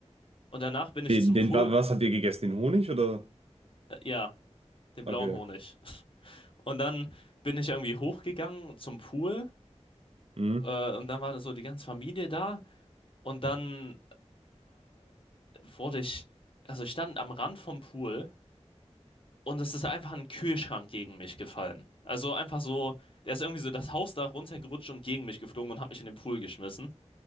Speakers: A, on the left; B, on the right.
A: Und danach bin ich
B: Den,
A: zum
B: den,
A: Pool,
B: wa- was habt ihr gegessen? Den Honig oder?
A: äh, ja, den blauen
B: Okay.
A: Honig. <laughs> Und dann bin ich irgendwie hochgegangen zum Pool
B: Hm?
A: Äh, und dann war das so die ganze Familie da. Und dann wurde ich, also ich stand am Rand vom Pool und es ist einfach ein Kühlschrank gegen mich gefallen. Also einfach so, der ist irgendwie so das Hausdach runtergerutscht und gegen mich geflogen und hat mich in den Pool geschmissen.